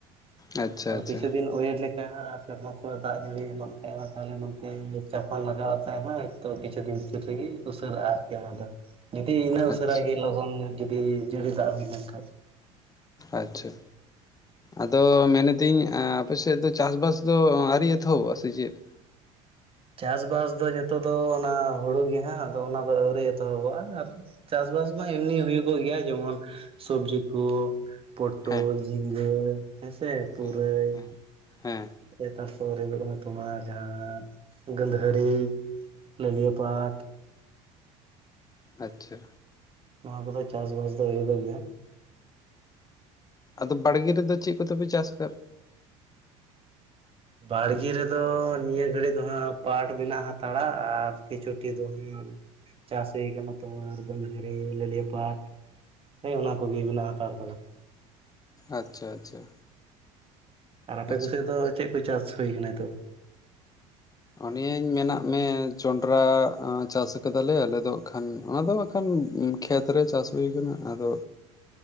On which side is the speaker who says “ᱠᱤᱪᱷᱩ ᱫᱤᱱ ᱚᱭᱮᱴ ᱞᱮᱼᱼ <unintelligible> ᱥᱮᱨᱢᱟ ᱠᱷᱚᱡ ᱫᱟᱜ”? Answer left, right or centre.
Right